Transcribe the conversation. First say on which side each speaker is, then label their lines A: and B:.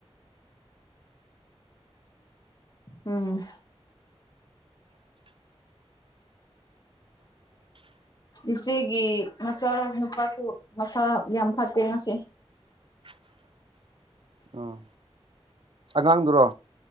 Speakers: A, on the left; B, on the right.
A: ꯎꯝ
B: <unintelligible>
A: ꯏꯆꯦꯒꯤ ꯃꯆꯥ ꯅꯨꯄꯥꯁꯨ ꯃꯆꯥ ꯌꯥꯝ ꯐꯠꯇꯦ ꯃꯁꯦ
B: <unintelligible> ꯑꯥ ꯑꯉꯥꯡꯗꯨꯔꯣ